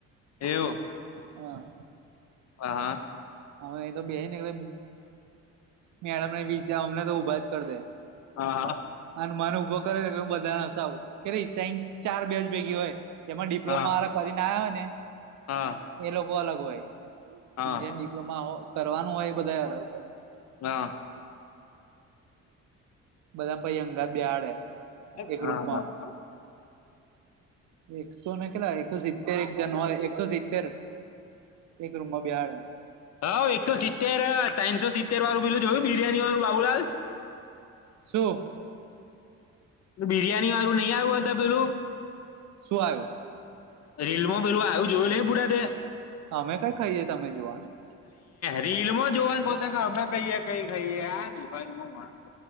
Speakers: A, on the left; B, on the right.
A: એવું.
B: હા.
A: હ હા.
B: અમે અ તો બેસી નેટલે મેળ મેડ બીચા અમને તો ઊભા જ કરી દે
A: હા હા.
B: હનુમાન ઊભો કરેટલે હું બધાને હસાવું કે ર તક ચાર બે્યાજ ભેગી હોય એમાં ડિપ્લોમા
A: હા
B: વા કરીને આવ્યા હોય ને.
A: હા.
B: એ અલગ હોય
A: હા
B: જેમ ડિપ્લોમા હો કરવાનું હોય એ બધા અલગ હોય.
A: હા
B: બધા પછી અંગત બેડે. એક
A: હા
B: રૂમમાં
A: હા
B: એકસોને કેટલા. એકસો સિત્તેર એક જનવએકસો સિત્તેર એક રૂમમાં બહડ.
A: હ એકસો સિત્તેર ત્રનસો સિત્તેર વાળું પીલું જોયું બિરિયાની વાળું બાબુલાલ.
B: શું
A: બિરિયાની વાળું નહી આવ્યું હતા પેલું.
B: સુું આવો.
A: રીલમાં પેલું આવું જોયું નઈ પભૂડા તે.
B: અમે કઈ ખાઈએ તમે જોવાનું.
A: રીલ માં જોવાનું કહેતા અમે કહીએ કઈ કહીમાં.